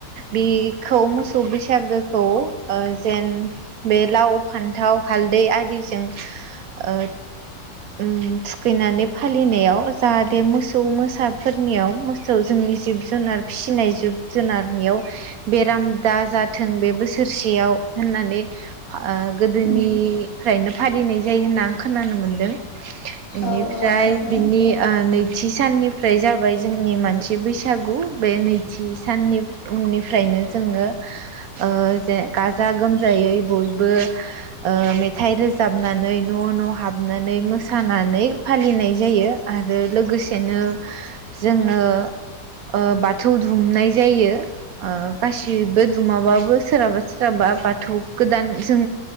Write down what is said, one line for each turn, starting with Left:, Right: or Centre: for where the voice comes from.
Right: बे खौ मोसौ बैसागोखौ ओ जेन बे लाव, फान्थाव, हालदै आरिजों ओ उम थुखैनानै फालिनायाव जाहाथे मोसौ मोसाफोरनियाव मोस सौ जोंनि जिब जुनार फिसिनाय जिब जुनारनियाव बेराम दा जाथों बे बोसोर थोरसेयाव होननानै ओ गोदोनि
Left: उम
Right: फ्रायनो फालिनाय जायो होनना आं खोनानो मोनदों बेनिफ्राय
Left: औ औ नंगौ
Right: बिनि ओ नै थि साननिफ्राय जाबाय जोंनि मानसि बैसागु बे नैथि साननि उननि फ्रायनो जोङो ओ जे गाजा गोमजायै बय बो ओ मेथाइ रोजाबनानै न' न' हाबनानै मोस सानानै फालिनाय जायो आरो लोगोसेनो जोङो ओ बाथौ दुमनाय जायो ओ गासिबो दुमाबाबो सोरहाबा सोरहाबा बाथौ गोदान जों